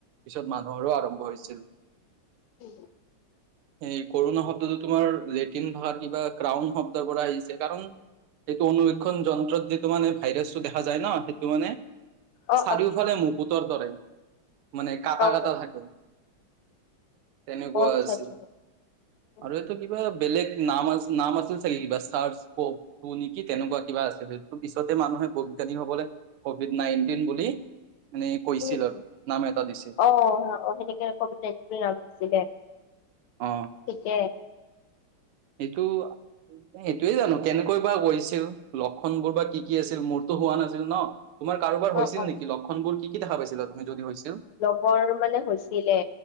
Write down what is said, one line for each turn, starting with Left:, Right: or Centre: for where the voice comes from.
Right: পিছত মানুহৰো আৰম্ভ হৈছিল।
Left: উম'
Right: এই কৰোণা শব্দটো তোমাৰ লেটিন ভাষাৰ কিবা ক্ৰাউন শব্দৰ পৰা আহিছে। কাৰণ- সেইটো অনুুবীক্ষণ যন্ত্ৰত যিটো মানে ভাইৰাছটো দেখা যায় ন, সেইটো মানে-
Left: অ
Right: চাৰিওফালে
Left: অ
Right: মুকুতৰ দৰে, মানে কাটা
Left: অ
Right: কাটা থাকে। তেনেকুৱা
Left: অ আচ্ছা
Right: আছিল।
Left: আচ্ছা উম
Right: আৰু এইটো কি- কিবা এটা বেলেগ নাম আছিল নাম আছিল চাগে কিবা চাৰচ কৌ- টোহ নেকি তেনেকুৱা কিবা আছিলে? তো পিছতে মানুহে বৈজ্ঞানিক সকলে কভিড নাইনটিন বুলি- মানে কৈছিল
Left: উম উম'
Right: আৰু নাম এটা দিছিল
Left: অঁ অঁ সেনেকে কভিড নাইণ্টিন নাম দিছিলে।
Right: অ
Left: ঠিকে।
Right: সেইটো- এইটোয়ে জানো কেনেকৈ বা হৈছিল লক্ষণ বোৰ বা কি কি আছিল? মোৰতো হোৱা নাছিল ন। তোমাৰ কাৰোবাৰ
Left: অ',
Right: হৈছিল
Left: অ'।
Right: নেকি? লক্ষণবোৰ কি কি দেখা পাইছিলা তুমি যদি হৈছিল?
Left: বৰ মানে হৈছিলে।